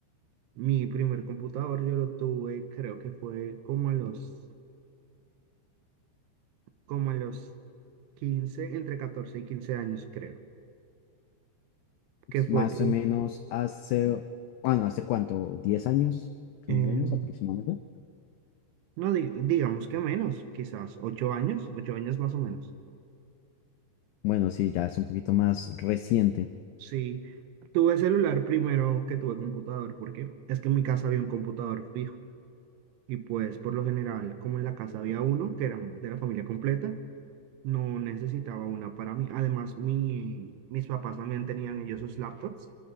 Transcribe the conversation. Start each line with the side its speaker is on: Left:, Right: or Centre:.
Right: Mi primer computador yo lo tuve, creo que fue como a los, como a los 15 entre 14 y 15 años, creo.
Left: Pues,
Right: Que fue
Left: más
Right: que,
Left: o menos hace, bueno, ¿hace cuánto? diez años? quince
Right: em,
Left: años aproximadamente?
Right: no, di- digamos que menos, quizás 8 años, 8 años más o menos.
Left: Bueno, sí, ya es un poquito más reciente.
Right: Sí, tuve celular primero que tuve computador, porque es que en mi casa había un computador fijo. Y pues por lo general, como en la casa había uno que era de la familia completa, No necesitaba una para mí. Además, mi, mis papás también tenían ellos sus laptops